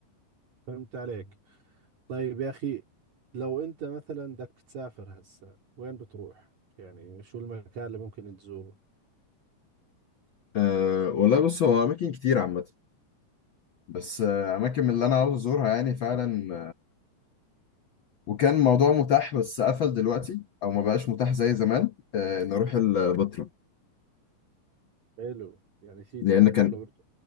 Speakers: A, on the right; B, on the left.
A: فهمت عليك طيب يا أخي لو أنت مثلا بدك تسافر هسا وين بتروح؟ يعني شو المكان اللي ممكن تزوره؟
B: أه والله بص هو اماكن كتير عامه بس آه، اماكن من اللي انا عاوز ازورها يعني فعلا وكان موضوع متاح بس قفل دلوقتي او ما بقاش متاح زي زمان آه، ان اروح البتراء
A: حلو يعني تيجي
B: لان
A: عنا
B: كان
A: على الأردن